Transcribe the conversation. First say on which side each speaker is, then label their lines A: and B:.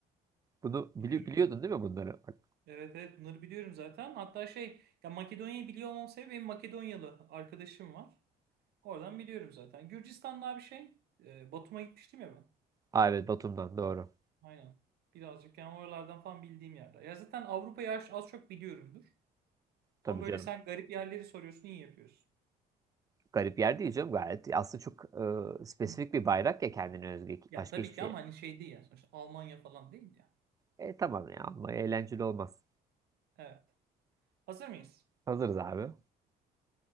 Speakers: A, on the right; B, on the right.
A: Bunu bili-
B: biliyorum
A: biliyordun
B: bunu.
A: değil mi bunları? Bak,
B: Evet evet bunları biliyorum zaten. Hatta şey ya Makedonya'yı biliyor olmam sebebi benim Makedonyalı arkadaşım var. Oradan biliyorum zaten. Gürcistan daha bir şey. Eee Batum'a gitmiştim ya ben.
A: aa, evet Batum'dan doğru.
B: Aynen. Birazcık yani oralardan falan bildiğim yerler. Ya zaten Avrupa'yı az az çok biliyorumdur.
A: Tabii
B: Ama böyle
A: canım.
B: sen garip yerleri soruyorsun, iyi yapıyorsun.
A: Garip yer değil canım gayet. Aslında çok e, spesifik
B: Hı.
A: bir bayrak ya kendine özgü.
B: Ya
A: Başka
B: tabii
A: hiçbir şey.
B: ki ama hani şey değil ya sonuçta Almanya falan değil ya.
A: E tamam ya ama eğlenceli olmaz.
B: Evet. Hazır mıyız?
A: Hazırız abi.